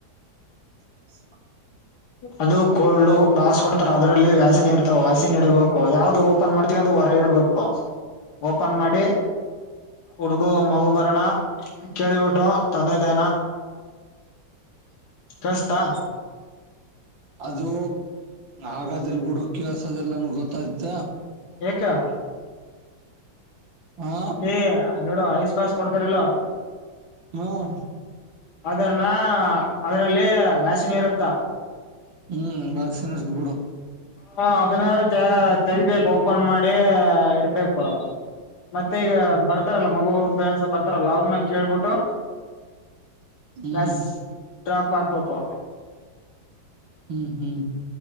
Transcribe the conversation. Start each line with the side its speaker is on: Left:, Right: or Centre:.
Right: <inaudible>
Left: ಅದು ಕೋಲ್ಡ್ ಬಾವಸ್ ಕೊಡ್ತಾರ ಅದ್ರಲ್ಲಿ ವ್ಯಾಸನ್ ಇರ್ತಾವ ವ್ಯಾಸನ್ ಇಡಬೇಕು ಯಾವ್ದು ಓಪನ್ ಮಾಡ್ತೀವಿ ಅದು ಹೊರಗೆಡಬೇಕು ಓಪನ್ ಮಾಡಿ ಹುಡುಗು ಮಗು ಬರಣ ಕೇೇಳಿ ಬಿಟ್ಟು ತಂದೆ ತಾಯನಾ ಸಸ್ತಾ
Right: ಅದು ಆಗಾದಲ್ ಬಿುಡ ಕೆಳ್ಸದಿಲ್ಲ ನನ್ಗ್ ಗೊತ್ತಾಯ್ತ.
Left: ಹಕ <unintelligible>
Right: ಹಾ
Left: ಇಲ್ಲಿ ನೋಡುವ ಐಸ್ ಬಾಸ್ ಕೊಡ್ತಾರಲ್ಲ
Right: ಹ್ಮ್
Left: ಅದರನ ಅದ್ರಲ್ಲಿ ವ್ಯಶಿನಿರುತ್ತಾ
Right: ಹ್ಮ್ ಬಾಗಸನರ್ತ ಬಿಡು
Left: ಹ ಅದನ್ನ ತೇ ತಗದ್ದು ಓಪನ್ ಮಾಡಿ ಇಡ್ಬೇಕು. ಮತ್ತೆ ಈಗ ಬರ್ತಾರಲ್ಲ ಮಗು ಪೇರೆಂಡ್ಸ್ ಬರ್ತಾರಲ್ಲ ಅವ್ರನ್ನ ಕೇಳ್ಬಿಟ್ಟು
Right: ಹ್ಮ್
Left: ಮ್ಯಾ ಡ್ರಾಪ್ ಮಾಡಕ್ಬೇಕು
Right: ಹ್ಮ್ ಹ್ಮ್